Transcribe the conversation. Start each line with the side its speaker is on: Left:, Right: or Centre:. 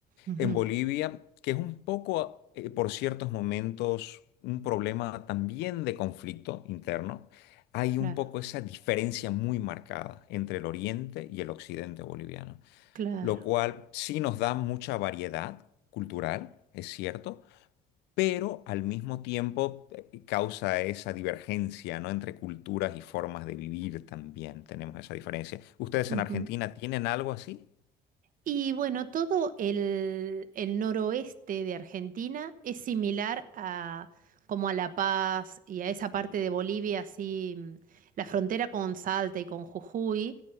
Right: Ujú,
Left: en Bolivia, que es un poco, eh, por ciertos momentos, un problema también de conflicto interno, hay
Right: Claro,
Left: un poco esa diferencia muy marcada entre el oriente y el occidente boliviano,
Right: claro.
Left: lo cual sí nos da mucha variedad cultural, es cierto pero al mismo tiempo eh, causa esa divergencia, ¿no? Entre culturas y formas de vivir también tenemos esa diferencia. ¿Ustedes
Right: ujú.
Left: en Argentina tienen algo así?
Right: Y bueno, todo el, el noroeste de Argentina es similar a como a La Paz y a esa parte de Bolivia, así mm, la frontera con Salta y con Jujuy